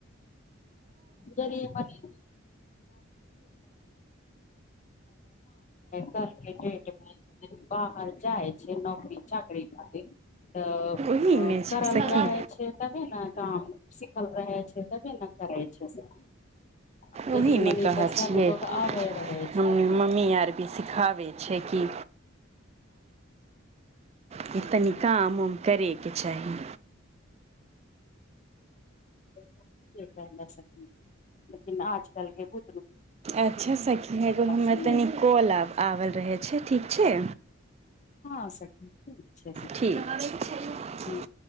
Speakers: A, on the left (about 35°); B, on the right (about 30°).
A: जरी <unintelligible> <unintelligible> घर के डेट भेल बाहर जाइ छै नौकरी चाकरी खातिर तऽ
B: ओही
A: ओ
B: ने
A: करल
B: छै सखी
A: रहे छै तबे नऽ काम सिखल रहै छै तबे नऽ करै छै सखी जनी
B: ओही ने
A: मनी
B: कहै
A: तऽ सब
B: छियै
A: लोग आबे रहे छै
B: हमनी मम्मी आर भी सिखाबै छै की की तनी काम उम करै केँ चाही
A: <unintelligible> लेकिन आजकल केँ बु
B: अच्छा सखी एगो हमर
A: सुनै
B: तनि
A: छै
B: कॉल आबल रहै छै ठीक छै
A: हँ सखी ठीक छै स
B: ठीक छै
A: हुँ